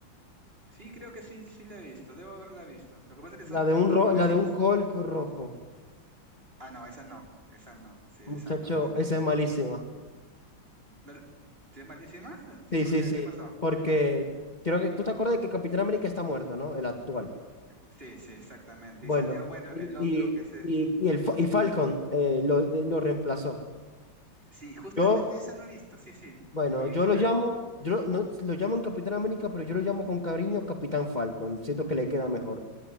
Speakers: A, on the right; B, on the left.
A: Sí, creo que sí, sí la he visto, debo haberla visto. Lo que pasa es que son
B: La
A: tantas
B: de un ro-
A: parecidas.
B: la de un Hulk rojo.
A: Ah, no, esa no, esa no, sí, esa
B: Muchacho,
A: no, no la
B: esa
A: he visto.
B: es malísima.
A: ¿No la- ¿Sí es malísima? Sí,
B: Sí,
A: ¿por
B: sí,
A: qué?
B: sí,
A: ¿Qué pasó?
B: porque creo que tú te acuerdas de que Capitán América está muerto, ¿no? El actual.
A: Sí, sí, exactamente.
B: Bueno,
A: Y salió, bueno,
B: y,
A: el otro
B: y,
A: que es, eh,
B: y, y el, Fa- y Falcon eh, lo, de- lo reemplazó.
A: Sí, justamente
B: Yo,
A: esa no he visto, sí, sí.
B: bueno,
A: ¿Qué,
B: yo
A: qué
B: lo
A: tal?
B: llamo, yo no, lo llaman Capitán América, pero yo lo llamo con cariño Capitán Falcon. Siento que le queda mejor.